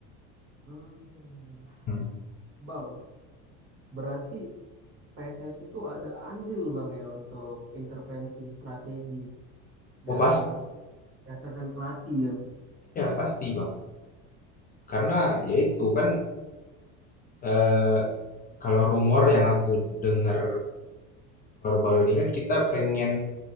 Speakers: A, on the right (about 35°); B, on the left (about 25°).
A: Hmm,
B: Hmm.
A: Bang, berarti PSS itu ada andil Bang ya untuk intervensi strategi da-
B: Oh pasti
A: oh, berdasarkan pelatih ya.
B: ya pasti Bang karena yaitu kan eh, kalau rumor yang aku dengar baru-baru ini kan kita pengen